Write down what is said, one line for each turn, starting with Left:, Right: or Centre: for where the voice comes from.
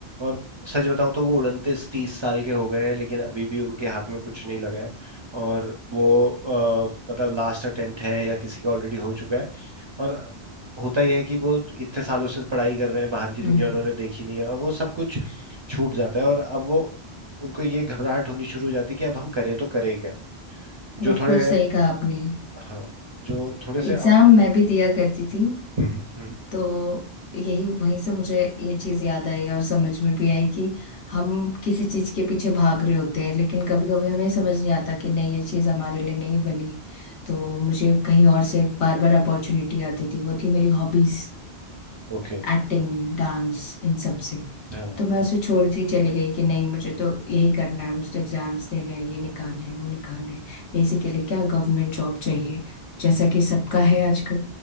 Right: और सच बताऊं तो वो उनतीस तीस साल के हो गए हैं लेकिन अभी भी उनके हाथ में कुछ नहीं लगा है और वो अ, मतलब लास्ट अटेम्प्ट है या किसी का ऑलरेडी हो चुका है और होता ही है कि वो इतने सालों से पढ़ाई कर रहे हैं बाहर की
Left: हम्म
Right: दुनिया उन्होंने देखी नहीं है और वो सब कुछ छूट जाता है और अब वो उनको ये घबराहट होनी शुरू हो जाती है कि अब हम करें तो करें क्या
Left: बिल्कुल
Right: जो थोड़े
Left: सही कहा आपने
Right: हाँ जो थोड़े से
Left: एग्जाम
Right: हम्म
Left: मैं भी दिया करती थी
Right: हम्म
Left: तो यही वहीं से मुझे ये चीज याद आई और समझ में भी आई कि हम किसी चीज के पीछे भाग रहे होते हैं लेकिन कभी कभी हमें समझ नहीं आता कि नहीं ये चीज हमारे लिए नहीं बनी है तो मुझे कहीं और से बार बार अपॉर्चुनिटी आती थी वो थी मेरी हॉबीज
Right: ओके
Left: एक्टिंग डांस इन सब से
Right: हाँ
Left: तो मैं
Right: हाँ
Left: उसे छोड़ती ही चली गई कि नहीं मुझे तो यही करना है मुझे तो एग्जाम्स देने हैं ये निकालने हैं वो निकालने हैं बेसिकली क्या गवर्नमेंट जॉब चाहिए जैसा कि सबका है आजकल